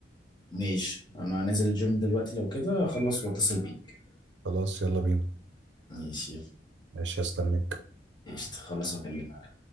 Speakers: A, on the left; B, on the right.
A: ماشي انا نازل الجيم دلوقتي لو كده اخلص واتصل بيك
B: خلاص يلا بينا
A: ماشي
B: ماشي هستناك
A: يلا قشطة خلص واكلمك